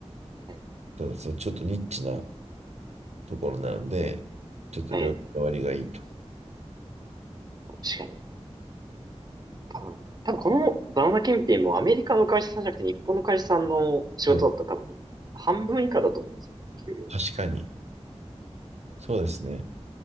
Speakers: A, on the right (about 35°); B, on the right (about 80°).
A: ええ、
B: ただそのちょっとニッチなところなので、ちょっと料金割がいいと。
A: ええ確かに。多分、多分このバナナ検品もアメリカの会社さんじゃなくて日本の会社さんの仕事だったら多分半分以下だと思うんですよ、
B: はい。
A: 給料。
B: 確かに。そうですね。